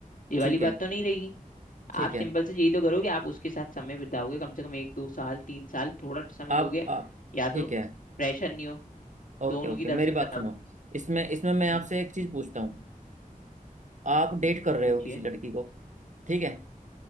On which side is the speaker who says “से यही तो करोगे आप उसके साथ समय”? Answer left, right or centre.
Left